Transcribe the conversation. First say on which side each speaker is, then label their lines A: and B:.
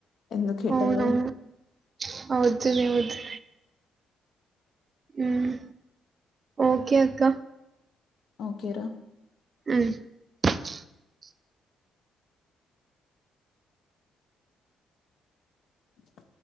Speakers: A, on the left; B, on the right.
A: ఎందుకు హిట్
B: అవునవును
A: అవ్వదు
B: ఆ వచ్చిందివచ్చింది. ఉమ్ ఓకే అక్కా
A: ఓకేరా
B: మ్
A: ఆ